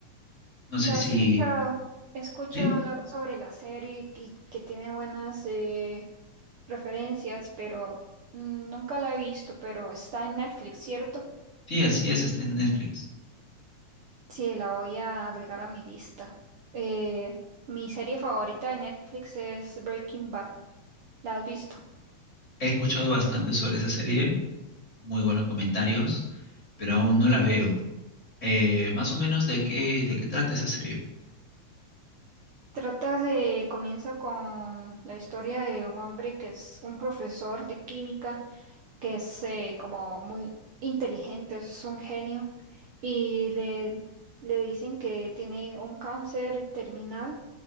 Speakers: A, on the left (about 25°); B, on the right (about 60°).
A: No
B: La
A: sé si,
B: he escuchado, he escuchado
A: sí,
B: hablar sobre la serie y que tiene buenas eh, referencias, pero mm, nunca la he visto, pero está en Netflix, ¿cierto?
A: sí, así es, está en Netflix.
B: Sí, la voy a agregar a mi lista. Eh, mi serie favorita de Netflix es Breaking Bad. ¿La has visto?
A: He escuchado bastante sobre esa serie, muy buenos comentarios, pero aún no la veo. Eh, más o menos de qué, de qué trata esa serie.
B: Trata de, comienza con la historia de un hombre que es un profesor de química, que es eh, como muy inteligente, es un genio, y le, le dicen que tiene un cáncer terminal,